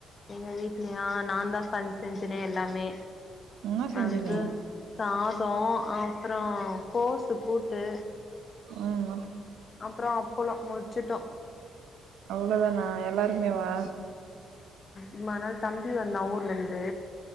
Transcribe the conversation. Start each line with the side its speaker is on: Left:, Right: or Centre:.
Left: எங்க வீட்லயா நா தா ஃபங்க்ஷனுக்குனு எல்லாமே
Right: என்ன செஞ்ச
Left: வந்து
Right: நீ
Left: சாதோ அப்றோ கோசு கூட்டு
Right: உம்
Left: அப்பறோ அப்பளோ முடிச்சிட்டோ
Right: அவ்ளோதானா எல்லாருமே வா
Left: இம்மா நாள் தம்பி வந்தான் ஊர்ல இருந்து